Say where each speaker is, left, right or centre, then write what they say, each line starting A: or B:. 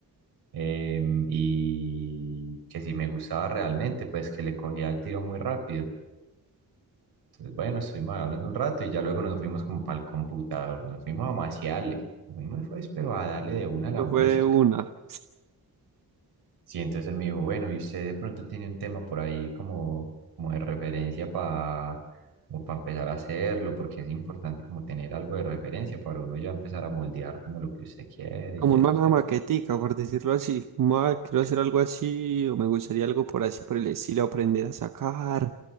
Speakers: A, on the right; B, on the right.
A: em, y que si me gustaba realmente, pues que le cogía el tiro muy rápido. Entonces, bueno, estuvimos hablando un rato y ya luego nos fuimos como para el computador, nos fuimos a maciarle, nos fuimos pues, pero a darle de una a la
B: Eso
A: música.
B: fue una.
A: Sí, entonces él me dijo, bueno, y usted de pronto tiene un tema por ahí como, como de referencia para para empezar a hacerlo, porque es importante como tener algo de referencia para uno ya empezar a moldear como lo que usted quiere
B: Como
A: y eso,
B: un una
A: ¿cierto?
B: maquetica, por decirlo así. Como, "Ah, quiero hacer algo así, o me gustaría algo por así, por el estilo, aprender a sacar